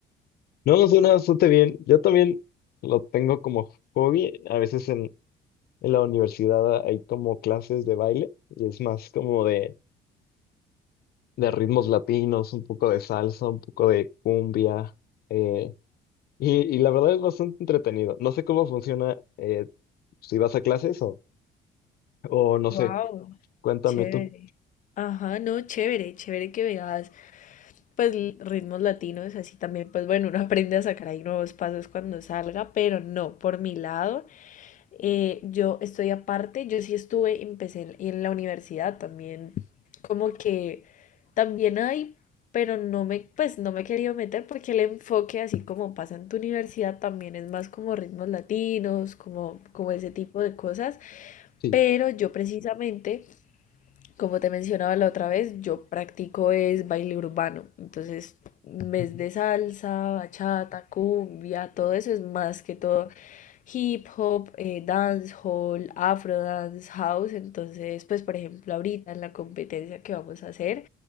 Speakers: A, on the left; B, on the left.
A: No, suena bastante bien. Yo también lo tengo como hobby. A veces en, en la universidad hay como clases de baile y es más como de, de ritmos latinos, un poco de salsa, un poco de cumbia. eh, y, y la verdad es bastante entretenido. No sé cómo funciona eh, si vas a clases o, o no
B: Wow,
A: sé. Cuéntame
B: chévere.
A: tú.
B: Ajá, no, chévere, chévere que veas pues l- ritmos latinos, así también, pues bueno, uno <laughs> aprende a sacar ahí nuevos pasos cuando salga, pero no, por mi lado, eh, yo estoy aparte, yo sí estuve, empecé en, en la universidad también, como que también hay, pero no me, pues no me he querido meter porque el enfoque, así como pasa en tu universidad, también es más como ritmos latinos, como, como ese tipo de cosas,
A: Sí.
B: pero yo precisamente... Como te mencionaba la otra vez, yo practico es baile urbano. Entonces, en vez
A: Ujú,
B: de salsa, bachata, cumbia, todo eso es más que todo hip hop, eh, dancehall, afro dance, house. Entonces, pues por ejemplo, ahorita en la competencia que vamos a hacer,